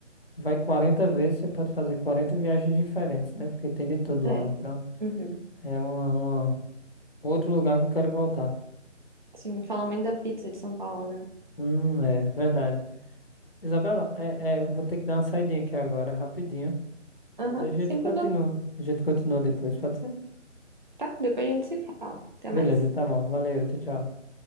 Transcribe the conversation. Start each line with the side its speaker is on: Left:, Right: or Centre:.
Left: vai 40 vezes, você pode fazer 40 viagens diferentes, né? Porque tem de tudo
Right: É.
Left: lá. Então,
Right: Uhum.
Left: é uma, uma- outro lugar que eu quero voltar.
Right: Sim, falam muito da pizza de São Paulo, né?
Left: Hum, é verdade. Isabela, é, é, vou ter que dar uma saidinha aqui agora, rapidinho.
Right: Aham,
Left: Mas a gente
Right: sem
Left: continua.
Right: problema.
Left: A gente continua depois, pode ser?
Right: Tá? Depois a gente se fala. Até
Left: Beleza,
Right: mais.
Left: tá bom. Valeu, tchau, tchau.